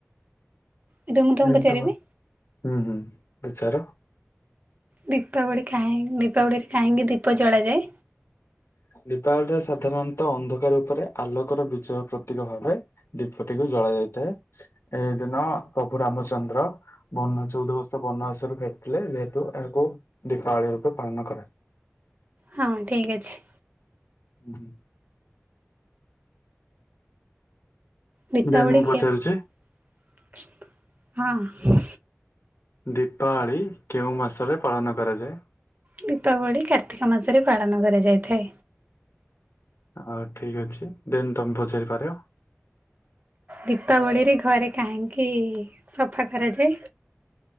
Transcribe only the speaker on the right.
ଏବେ ମୁଁ ତମକୁ
ପଚାରିବି
ଦୀପାବଳି କାହିଁ ଦୀପାବଳିରେ କାହିଁକି ଦୀପ ଜଳାଯାଏ?
ହଁ ଠିକ୍ ଅଛି।
ଦୀପାବଳି
<unintelligible> ହଁ।
ଦୀପାବଳି କାର୍ତ୍ତିକ ମାସରେ ପାଳନ କରାଯାଇଥାଏ।
ଦୀପାବଳିରେ ଘରେ କାହିଁକି ସଫା କରାଯାଏ?